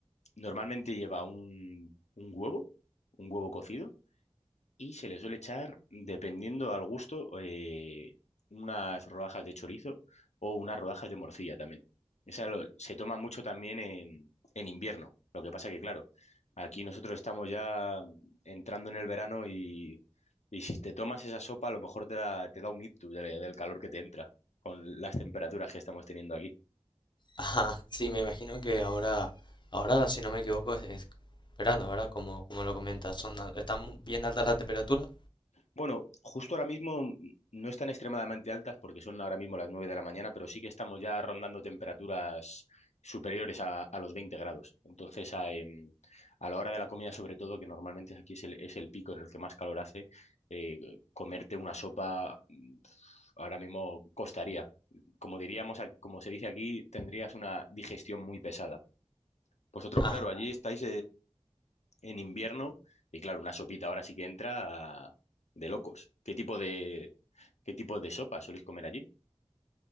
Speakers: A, on the left; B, on the left.
A: normalmente lleva un, un huevo, un huevo cocido, y se le suele echar, dependiendo al gusto, eh, unas rodajas de chorizo o unas rodajas de morcilla también. Esa lo- se toma mucho también en, en invierno. Lo que pasa que, claro, aquí nosotros estamos ya entrando en el verano y, y si te tomas esa sopa, a lo mejor te da, te da un ictus de- del calor que te entra con las temperaturas que estamos teniendo aquí.
B: <laughs> Ajá, sí, me imagino que ahora, ahora si no me equivoco, es, es verano, ¿verdad? Como, como lo comentas, son, al- están mu- bien altas las temperaturas.
A: Bueno, justo ahora mismo mm, no están extremadamente altas porque son ahora mismo las 9 de la mañana, pero sí que estamos ya rondando temperaturas superiores a, a los 20 grados. Entonces, a, em, a la hora de la comida, sobre todo, que normalmente aquí es el, es el pico en el que más calor hace, eh, comerte una sopa mm, ahora mismo costaría. Como diríamos, a- como se dice aquí, tendrías una digestión muy pesada. Vosotros,
B: Ajá.
A: claro, allí estáis en invierno y claro, una sopita ahora sí que entra de locos. ¿Qué tipo de, qué tipo de sopa soléis comer allí?